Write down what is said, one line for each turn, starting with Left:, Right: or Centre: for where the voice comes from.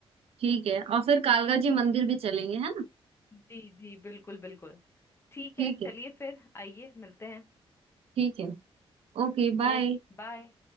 Right: ठीक है और फिर कालका जी मंदिर भी चलेंगे है ना
Left: जी जी बिल्कुल बिल्कुल ठीक
Right: ठीक
Left: है
Right: है
Left: चलिए फिर आइए मिलते हैं
Right: ठीक है Okay bye
Left: Okay bye